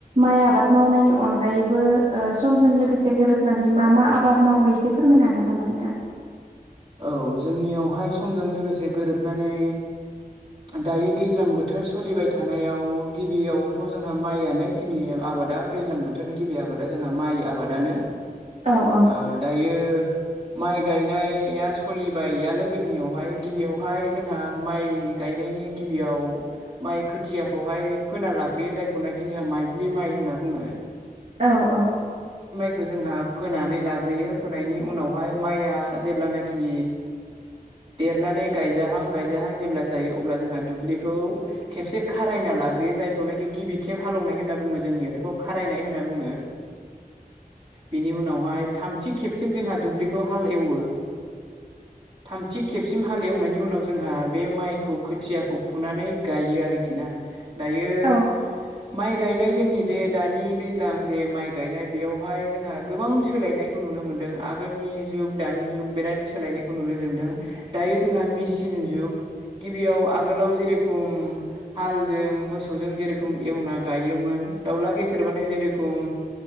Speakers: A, on the right; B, on the right.
A: माइ आबाद मावनायनि अनगायैबो ओ समजों लोगोसे गोरोब होनानै मा मा आबाद मावो एसे फोरमायनो हागोन नामा नोंथां
B: औ जोंनियावहाय समजों लोगोसे गोरोबनानै दायो दैज्लां बोथोर सोलिबाय थानायाव गिबियावथ' जोंहा माइयानो गिबि आबाद आबादा दैज्लां बोथोरनि गिबि आबादा जोंहा माइ आबादानो
A: औ औ
B: ओ दायो माइ गायनाया सोलिबायानो जोंनियावहाय गिबियावहाय जोंहा माइ गायनायनि गि गिबियाव माइ खोथियाखौहाय फोना लाग्रोयो जायखौनाखि जोंहा माइज्लि माइ होनना बुंङो
A: औ औ
B: खौ जोंहा फोनानै लाग्रोयो फोनायनि उनावहाय माइआ जेब्लानाखि देरनानै गायजाहां गायजाहां जेब्ला जायो अब्ला जोंहा दुब्लिखौ खेबसे खारायना लाग्रोयो जायखौनाखि गिबि खेब हाल एवनाय होनना बुंङो जोंनियाव बेखौ खारायनाय होनना बुंङो
A: <inaudible>
B: बिनि उनावहाय थामथि खेबसिम जोंहा दुब्लिखौ हाल एवो थामथि खेबसिम हालेवनायनि उनाव जोंहा बे माइखौ खोथियाखौ फुनानै गायो आरोखि ना दायो
A: औ औ
B: माइ गायनाय जोंनि जे दानि दैज्लां जे माइ गायनाय बेयावहाय जोंहा गोबां सोलायनायखौ नुनो नुनो मोनदों आगोलनि जुग दानि जुग बेराद सोलायनायखौ नुनो मोनदों दायो जोंहा मि सिन जुग गिबियाव आ आगोलाव जेरेखम हालजों मोसौजों जेरेखम एवना गायोमोन दाउला गेेसेर माने जे रखम